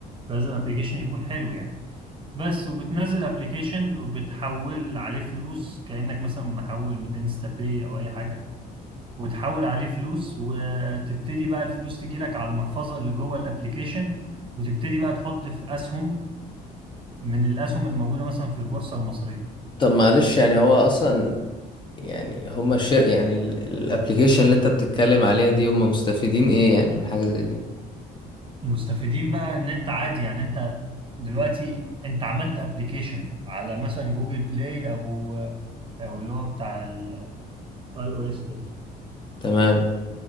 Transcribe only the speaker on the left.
طب معلش يعني هو اصلا يعني هما الش... يعني الابلكيشن اللي انت بتتكلم عليها دي هما مستفيدين ايه يعني من حاجة زي دي
تمام